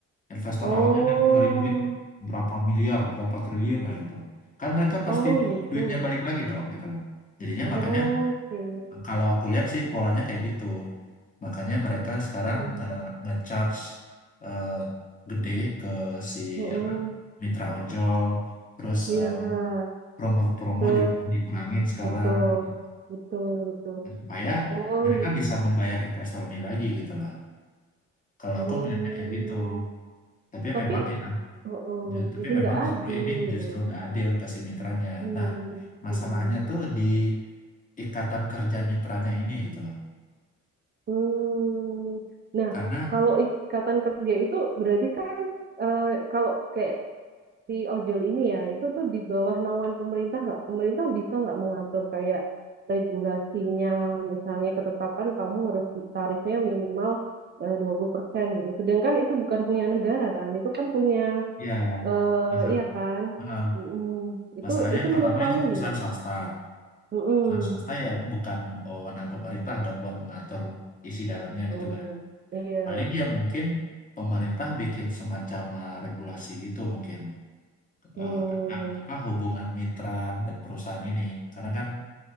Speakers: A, on the left; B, on the right.
A: Investor
B: oh.
A: awalnya udah keluarin duit berapa miliar, berapa triliun lah gitu. Kan mereka pasti
B: Oh gitu.
A: duitnya balik lagi dong gitu loh. Jadinya
B: Oke.
A: makanya kalau aku lihat sih polanya kayak gitu. Makanya mereka sekarang
B: Hmm.
A: nge nge-charge eh, gede ke si
B: Oh,
A: apa mitra ojol, terus
B: iya.
A: eh, promo-promo
B: Ke
A: juga dikurangin sekarang
B: betul.
A: gitu.
B: Betul, betul.
A: Nah, Supaya
B: Oh,
A: mereka
B: j-
A: bisa membayar investor ini lagi gitu lah. Kalau
B: hmm.
A: aku melihatnya kayak gitu. Tapi
B: Tapi
A: memang ya,
B: oh, oh,
A: ju- tapi
B: jadi
A: memang
B: nggak
A: justru
B: adil
A: ini
B: gitu
A: justru
B: loh.
A: nggak adil kasih mitranya.
B: Hmm.
A: Nah, masalahnya
B: Hmm.
A: tuh di ikatan kerja mitranya ini gitu loh.
B: Hmm. Nah,
A: Karena
B: kalau ikatan kerja itu berarti kan eh, kalau kayak si ojol ini ya itu tuh di bawah naungan pemerintah nggak pemerintah bisa nggak mengatur kayak regulasinya misalnya ketetapan kamu harus tarifnya minimal eh, 20% gitu sedangkan itu bukan punya negara kan itu kan punya
A: ya
B: eh
A: masalah,
B: iya kan
A: eh,
B: Mm-mm. itu
A: masalahnya
B: itu
A: yang pertama
B: menurut kamu
A: itu perusahaan
B: gimana
A: swasta.
B: Mm-mm.
A: Perusahaan swasta ya bukan wewenang pemerintah dong buat mengatur isi dalamnya
B: Mm.
A: gitu kan.
B: iya
A: Paling ya mungkin pemerintah bikin semacam eh, regulasi gitu mungkin
B: Mm.
A: eh, tentang apa hubungan mitra dan perusahaan ini. Karena kan